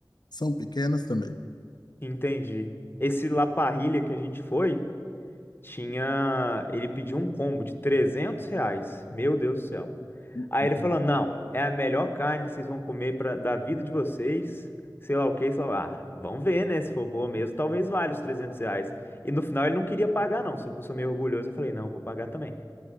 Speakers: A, on the left (about 70°); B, on the left (about 30°).
A: são pequenas também.
B: Entendi. Esse La Parrilla que a gente foi, Tinha. Ele pediu um combo de 300 reais. Meu Deus do céu.
A: Uhum.
B: Aí ele falou: Não, é a melhor carne que vocês vão comer pra, da vida de vocês. Sei lá o que, sei lá. Ah, vamos ver, né? Se for boa mesmo, talvez valha os 300 reais. E no final ele não queria pagar, não. Só que eu sou meio orgulhoso. Eu falei: Não, vou pagar também.